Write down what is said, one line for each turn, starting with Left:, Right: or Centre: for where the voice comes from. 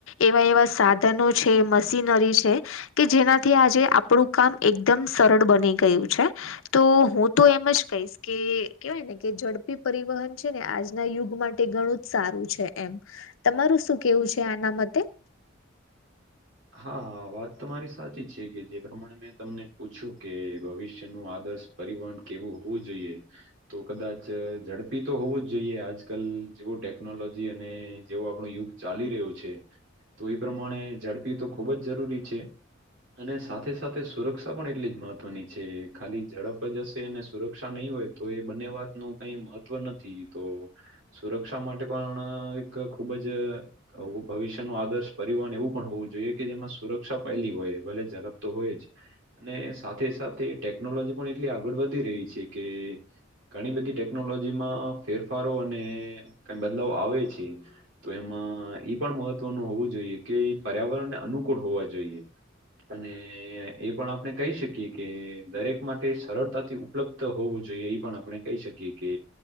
Left: એવા એવા સાધનો છે, મશીનરી છે કે જેનાથી આજે આપણું કામ એકદમ સરળ બની ગયું છે તો હું તો એમ જ કહીશ કે કેવાયને કે ઝડપી પરિવહન છે ને આજના યુગ માટે ઘણું જ સારું છે એમ તમારું શું કેવું છે આનામતે.
Right: હા વાત તો મારી સાચી જ છે કે જે પ્રમાણે મેં તમને પૂછ્યું કે ભવિષ્ય ન આદર્શ. પરિવહન કેવું હોવું જોઈએ તો કદાચ ઝડપી તો હોવું જ જોઈએ આજ કલ જેવું ટેકનોલોજી અને જેવો આપણો યુગ ચાલી રહ્યો છે તો એ પ્રમાણે ઝડપી તો ખૂબ જ જરૂરી છે. અને સાથે સાથે સુરક્ષા પણ એટલી જ મહત્વની છે. ખાલી ઝડપ જ હશે અને સુરક્ષા નહીં હોય તો એ બંને વાત ન કઈ મહત્વ નથી. તો સુરક્ષા માટે પણ એક ખૂબ જ ભવિષ્ય ન આદર્શ પરિવહન એવું પણ હોવું જોઈએ. જોઈએ કે જેમાં સુરક્ષા પહેલી હોય ભલે ઝડપ તો હોય જ અને સાથે સાથે ટેકનોલોજી પણ એટલી આગળ વધી રહી છે કે ઘણી બધી ટેકનોલોજીમાં ફેરફારો અને કઈ બદલાવ આવે છે. તો એમાં એ પણ મહત્વનું હોવું જોઈએ કે પર્યાવરણ અનુકૂળ હોવા જોઈએ અને એ પણ આપણે કહી શકીએ કે દરેક માટે સરળતાથી ઉપલબ્ધ હોવું જોઈએ એ પણ આપણે કહી શકીએ કે